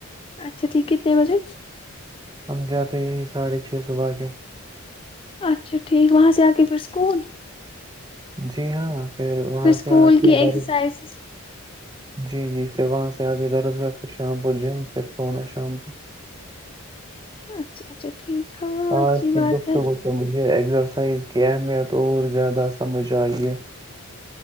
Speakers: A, on the left; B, on the right.
A: اچھا ٹھیک کتنے بجے
B: ہم جاتے ہی ساڑھے چھ صبح کے
A: اچھا ٹھیک وہاں سے آ کے پھر اسکول
B: جی ہاں وہاں
A: پھر اسکول
B: سے آ کے
A: کی ایکسرسائزز
B: درس جی جی پھر وہاں سے آگے درس کا پھر شام کو جم پھر سونا شام کو
A: اچھا اچھا ٹھیک
B: ہاں
A: اچھی
B: اس
A: بات
B: کی گفتگو
A: ہے
B: کی مجھے ایکسرسائز کی اہمیت اور زیادہ سمجھ آئی ہے